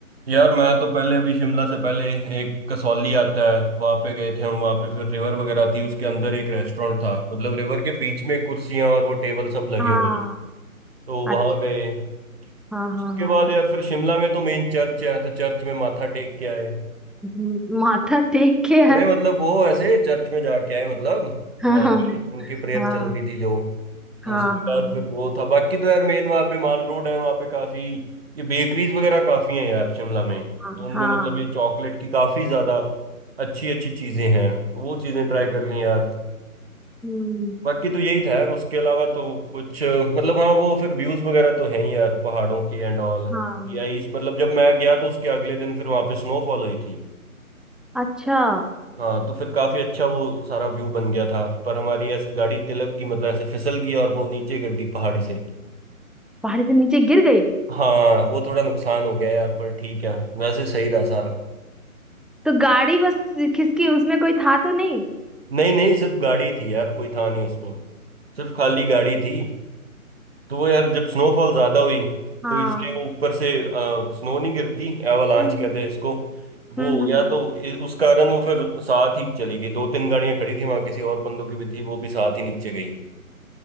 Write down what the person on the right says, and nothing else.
यार मैं तो पहले अभी शिमला से पहले एक कसौली आता है वहाँ पे गए थे हम वहाँ पे फिर रिवर वगैरह थी उसके अंदर एक रेस्टोरेंट था मतलब रिवर के बीच में कुर्सियाँ और वो टेबल सब लगे
हुए हैं तो
वहाँ गए
उसके
बाद यार फिर शिमला में तो मेन चर्च है तो चर्च में माथा टेक के आए
अरे
मतलब वो ऐसे चर्च में जाके आए मतलब कि
वहां
पे उनकी प्रेयर
चल रही थी जो
उसके
बाद
फिर वो था बाकी तो यार मेन वहां पे माल रोड है वहां पे काफी ये बेकरीज वगैरह काफी हैं यार शिमला में तो
उनमें
मतलब ये चॉकलेट की काफी ज्यादा अच्छी अच्छी चीजें हैं तो वो चीजें ट्राई कर ली यार
बाकी तो यही था यार उसके अलावा तो कुछ मतलब हाँ वो फिर व्यूज वगैरह तो है ही यार पहाड़ों की एंड ऑल
या इस मतलब जब मैं गया तो उसके अगले दिन फिर वहां पे स्नोफॉल हुई थी
हाँ तो फिर काफी अच्छा वो सारा व्यू बन गया था पर हमारी ऐसे गाड़ी तिलक की मतलब ऐसे फिसल गई और वो नीचे गिर गई पहाड़ी से
हाँ वो थोड़ा नुकसान हो गया यार पर ठीक है वैसे सही रहा सारा
नहीं नहीं सिर्फ गाड़ी थी यार कोई था नहीं उसमें सिर्फ खाली गाड़ी थी तो वो यार जब स्नोफॉल ज्यादा हुई
तो इसलिए वो ऊपर से स्नो नहीं गिरती एवालांच
कहते हैं इसको वो
हो गया
तो इ- उस कारण वो फिर साथ ही चली गई दो तीन गाड़ियां खड़ी थी वहां किसी और बंदों की भी थी वो भी साथ ही नीचे गई